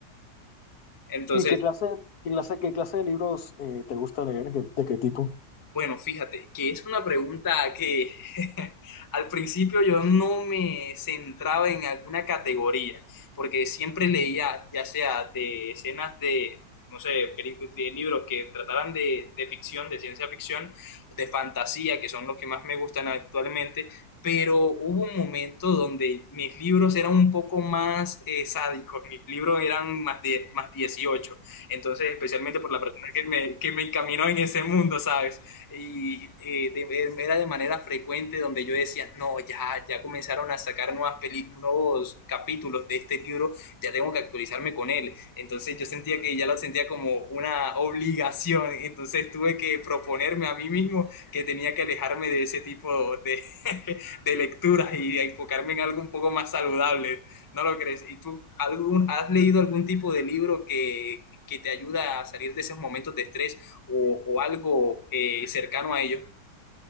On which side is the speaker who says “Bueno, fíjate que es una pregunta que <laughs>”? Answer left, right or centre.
Left